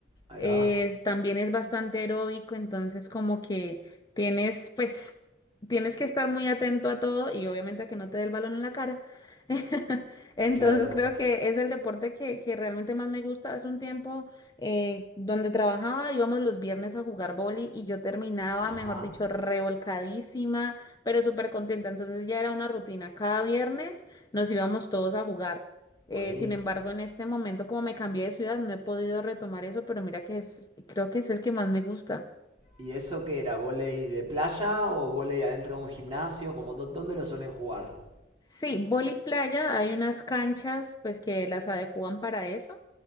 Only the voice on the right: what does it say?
Ahí
va.
Claro.
Ajá.
Buenísimo.
¿Y eso qué era? ¿Voley de playa o voley adentro de un gimnasio? Como, dó- ¿dónde lo suelen jugar?